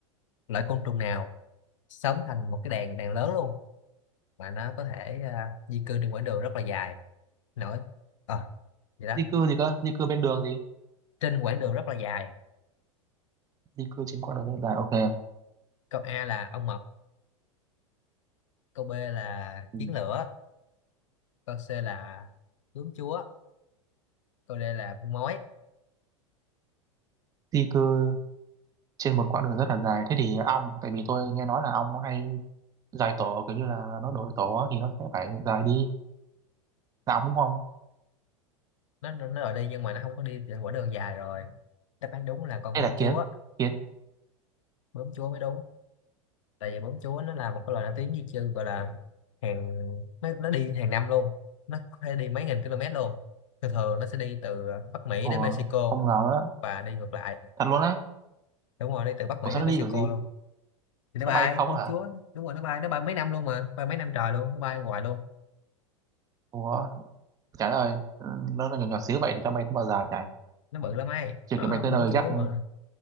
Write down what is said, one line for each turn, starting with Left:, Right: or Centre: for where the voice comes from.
Left: loại côn trùng nào sống thành một cái đàn đàn lớn luôn mà nó có thể à, di cư trên quãng đường rất là dài nổi ờ vậy đó
Right: di cư gì cơ di cư bên đường gì
Left: trên quãng đường rất là dài
Right: di cư trên quãng đường rất là dài ok
Left: câu A là ong mật câu B là
Right: ừ.
Left: kiến lửa câu C là bướm chúa câu D là con mói
Right: di cư trên một quãng đường rất là dài thế thì ong tại vì tôi nghe nói là ong nó hay dài tổ kiểu như là nó đổi tổ á, thì nó sẽ phải dài đi đóng đúng không
Left: nó nó nó rồi đi nhưng mà nó không có đi trên quãng đường dài rồi đáp án đúng là con
Right: đây
Left: bướm
Right: là
Left: chúa
Right: kiến kiến
Left: bướm chúa mới đúng tại vì bún chúa nó là một cái loài nổi tiếng di chư gọi là hàng nó nó đi hàng năm luôn nó có thể đi mấy nghìn km luôn thường thường nó sẽ đi từ Bắc Mỹ
Right: ủa
Left: đến Mexico
Right: không ngờ đó
Left: và đi ngược lại
Right: thật luôn á
Left: đúng rồi đi từ Bắc
Right: ủa
Left: Mỹ
Right: sao
Left: đến
Right: nó
Left: Mexico
Right: đi kiểu gì
Left: luôn thì nó
Right: nó
Left: bay
Right: bay không
Left: bướm
Right: á
Left: chúa
Right: hả
Left: đúng rồi nó bay nó bay mấy năm luôn mà bay mấy năm trời luôn nó bay hoài luôn
Right: ủa trời ơi Ừ, nó, nó nhỏ nhỏ xíu vậy thì nó bay tới bao giờ chạy
Left: nó bự lắm ấy
Right: chưa
Left: nó
Right: kịp bay tới
Left: bướm
Right: nơi
Left: chúa
Right: chắc
Left: mà